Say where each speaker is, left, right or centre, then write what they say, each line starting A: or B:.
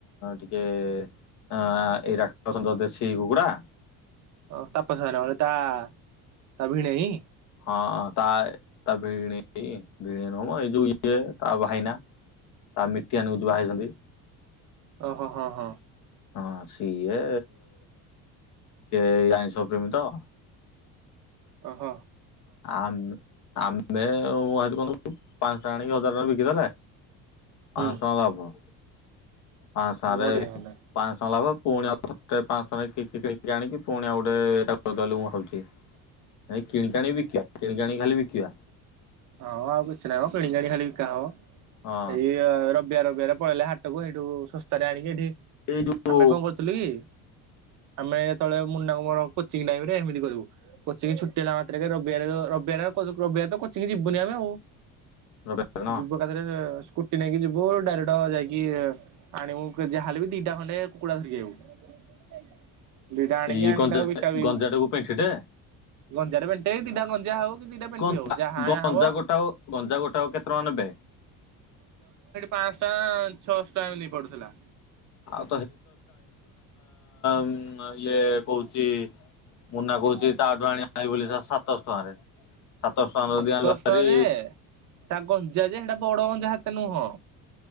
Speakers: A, on the left; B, on the right.
A: ଟିକେ ଅଁ ଆ ଏଗୁରାକ ପ୍ରଥମଥର ଦେଶୀ କୁକୁଡ଼ା।
B: ଓ ତାପସ ଭାଇନା ଘରେ ତା ତା ଭିଣେଇ?
A: ହଁ ତାଏ ତା ଭିଣେଇ ଭିଣେଇ ନୁହଁମ ଏଇ ଯୋଉ ଇଏ ତା ଭାଇନା।
B: ହଁ
A: ତା ମିଟି ଆନିବୁ ଝୁଅ ବାହା ହେଇଛନ୍ତି।
B: ଓ ହୋ ହଁ ହଁ।
A: ହଁ ସିଏ ଏଇ ଆଇଁଷ ପ୍ରେମୀ ତ।
B: ଓ ହୋ।
A: ଆମେ ଆମେ ସବୁ ଆଣିଛୁ କଁ କହିଲୁ ପାଁଶ ଟଙ୍କା ଆଣିକି ହଜାର ଟଙ୍କାର ବିକି ଦେଲା
B: ହୁଁ
A: ହଁ ସ ସବୁ। ପାଁଶହ ରେ
B: ବଢିଆ ହୁଅନ୍ତା
A: ପାଁଶହ ଲାଭ। ପୁଣି ଆଉ ଥରେ ପାଁଶ ଟଙ୍କା ନେଇକି କିଣି କି ଆଣିକି ପୁଣି ଆଉ ଗୋଟେ ତାକୁ ଦେଲୁ ହଉଛି ନାଇଁ କିଣିକାଣି ବିକିବା କିଣିକି ଆଣି ଖାଲି ବିକିବା।
B: ହଁ ଆଉ କିଛି ନାହିଁ ମ କିଣିିକାଣି ଖାଲି ବିକା ହବ
A: ହଁ
B: ଏଇ ରବିବାର ର ଜୁଆଡେ ପଳେଇଲେ ହାଟକୁ ସେଇଠୁ ଶସ୍ତାରେ ଆଣିକି ଏଠି
A: ଏଇ ଯୋଉ
B: ଆମେ କଣ କରୁଥିଲୁ କି ଆମେ ଯେତେବେଳେ ମୁନା ଆଉ ମୋର କୋଚିଙ୍ଗ୍ ଟାଇମ୍ ରେ ଏମିତି କରିବୁ କୋଚିଙ୍ଗ୍ ଛୁଟି ହେଲା ମାତ୍ରେକେ ରବିବାର ରବିବା ଅବିକାତ କୋଚିଙ୍ଗ୍ ଯିବୁନି ଆମେ ଆଉ
A: ରବିନ
B: ଯିବୁ ଏକାଥରେ କେ ସ୍କୁ ସ୍କୁଟି ନେଇକି ଯିବୁ ଡାଇରେକ୍ଟ ଯାଇକି ଆଣିବୁ ଯାହା ହେଲେ ବି ଦିଟା ଖଣ୍ଡେ କୁକୁଡ଼ା ଧରିଆକୁ। <unintelligible> ଦିଟା ଆଣିକି
A: ଏଇ
B: ଆଣିକି
A: ଗଞ୍ଜା
B: ତାକୁ ବିକା ବି
A: ଗଞ୍ଜାଟାକୁ ପେଣ୍ଠିଟେ
B: ଗଞ୍ଜାଟା ଗୋଟେ ଦିଟା ଗଞ୍ଜା ହଉ କି ଦିଟା ପେଣ୍ଠି
A: ଗଞ୍ଜା
B: ହଉ। ଯାହା ଆଣା
A: ଗଞ୍ଜା
B: ହବ
A: ଗୋଟାକ ଗଞ୍ଜା ଗୋଟାକ କେତେ ଟଙ୍କା ନେବେ?
B: ପାଁଶହ ଟଙ୍କା ଛଅଶହ ଟଙ୍କା ଏମିତି ପଡୁଥିଲା।
A: ଆଉ ହୁଁ ଆ ଇଏ କହୁଛି ମୁନା କହୁଛି ତାଠୁ ଆଣିଆ ବୋଲି ସାତଶହ ଟଙ୍କାରେ। ସାତଶହ ଟଙ୍କାରେ
B: ସାତଶହ
A: ଯଦି ଆଣିଲୁ ଭାରି
B: ଟଙ୍କା ଯେ ତା ଗଞ୍ଜା ଯେ ସେଟା ବଡ ଗଞ୍ଜା ସେତେ ନୁହଁ।